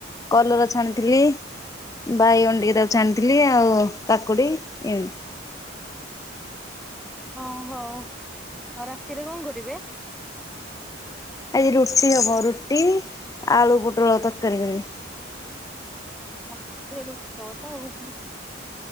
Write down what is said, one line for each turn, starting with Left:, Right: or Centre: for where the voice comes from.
Left: କଲରା ଛାଣିଥିଲି। ବାଇଗଣ ଟିକେ ତାକୁ ଛାଣିଥିଲି ଆଉ କାକୁଡି ଏମିତି
Centre: ଅଁ ହୋ ଅ ରାତିରେ କଣ କରିବେ?
Left: ଆଜି ରୁଟି ହବ ରୁଟି, ଆଳୁ ପୋଟଳ ତରକାରୀ କରିବି।
Centre: <unintelligible>